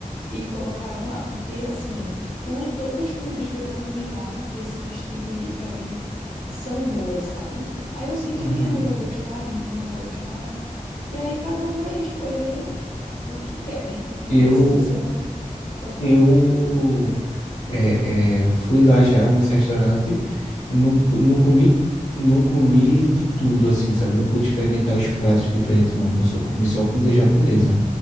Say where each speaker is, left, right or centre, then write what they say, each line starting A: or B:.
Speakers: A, on the left; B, on the left.
A: e colocaram lá, porque assim, tu, todas as comidas que eu já comi lá, desses tipos diferentes, são boas, sabe? Aí eu sei que
B: uhum,
A: a minha mãe vai gostar, a minha irmã vai gostar, e aí cada um vai escolher o que quer, né? Não
B: Eu,
A: precisa ser um. Pode falar.
B: eu É, é, fui lá já nesse restaurante, não, pu- não comi, não comi de tudo assim, sabe? Não pude experimentar os pratos diferentes não, com- só- comi só comida
A: Sim,
B: japonesa,